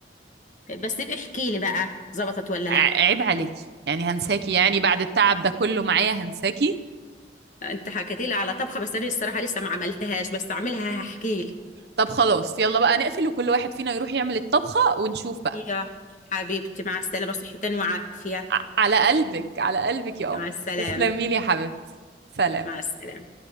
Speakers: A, on the left; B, on the right.
A: بس نبقى احكي لي بقى ظبطت ولا
B: ع-
A: لا
B: عيب عليكي يعني هنساكي يعني بعد التعب ده كله معايا هنساكي
A: انت حكيتي لي على طبخه بس انا الصراحه لسه ما عملتهاش بس اعملها هحكي
B: طب خلاص يلا بقى نقفل وكل واحد فينا يروح يعمل الطبخة ونشوف بقى
A: لي يا حبيبتي مع السلامه صحتين وعافيه
B: ع- على قلبك على قلبك يا قمر
A: مع السلامه
B: تسلمي لي يا حبيبتي سلام
A: مع السلامه